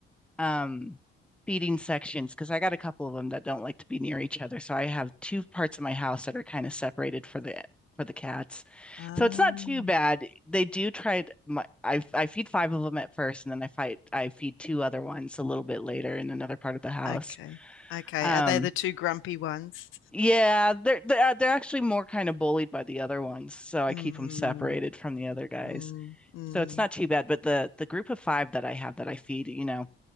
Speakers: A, in the centre; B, on the left (about 85°).
A: um feeding sections because I got a couple of them that don't like to be near each other. So I have two parts of my house that are kind of separated for the for the cats.
B: Oh,
A: So it's not too bad. They do try to, my, I I feed five of them at first and then I fight I feed two other ones a little bit later in another part of the house.
B: okay, okay.
A: Um
B: Are they the two grumpy ones?
A: Yeah, they're they're uh, they're actually more kind of bullied by the other ones, so I
B: Mm,
A: keep them separated from the other guys.
B: mm, mm.
A: So it's not too bad, but the the group of five that I have that I feed, you know,